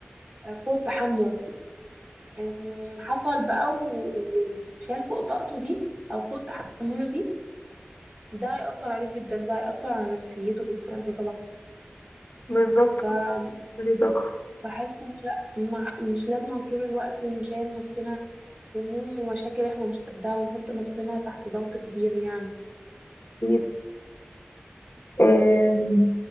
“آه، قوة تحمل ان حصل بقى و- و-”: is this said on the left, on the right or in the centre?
Right